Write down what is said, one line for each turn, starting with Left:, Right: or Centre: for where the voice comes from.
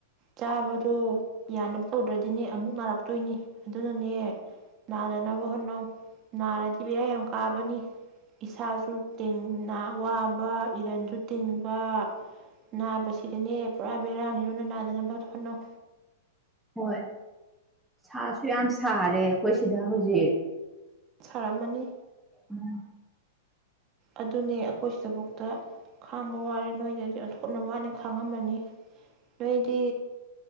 Right: ꯆꯥꯕꯗꯣ ꯌꯥꯅꯕ ꯇꯧꯗ꯭ꯔꯗꯤꯅꯦ ꯑꯃꯨꯛ ꯅꯥꯔꯛꯇꯣꯏꯅꯤ ꯑꯗꯨꯅ ꯏꯅꯦ ꯅꯥꯗꯅꯕ ꯍꯣꯠꯅꯧ ꯅꯥꯔꯗꯤ ꯕꯦꯔꯥ ꯌꯥꯝ ꯀꯥꯕꯅꯤ ꯏꯁꯥꯁꯨ ꯇꯦꯟꯅ ꯋꯥꯕ <unintelligible> ꯏꯔꯟꯁꯨ ꯇꯤꯡꯕ ꯅꯥꯕꯁꯤꯗꯅꯦ ꯄꯨꯔꯥ ꯕꯦꯔꯥꯅꯤꯗꯨꯅ ꯅꯥꯗꯅꯕ ꯍꯣꯠꯅꯧ
Centre: ꯍꯣꯏ ꯁꯥꯁꯨ ꯌꯥꯝ ꯁꯥꯔꯦ ꯑꯈꯣꯏ ꯁꯤꯗ ꯍꯧꯖꯤꯛ
Right: ꯇꯔꯝꯃꯅꯤ
Centre: ꯎꯝ
Right: ꯑꯗꯨꯅꯦ ꯑꯩꯈꯣꯏ ꯁꯤꯗꯕꯧꯛꯇ ꯈꯥꯡꯕ ꯋꯥꯔꯦ ꯅꯣꯏꯗꯗꯤ ꯑꯣꯟꯊꯣꯛꯅ ꯋꯥꯅꯥ ꯐꯪꯉꯝꯃꯅꯤ ꯅꯣꯏꯗꯤ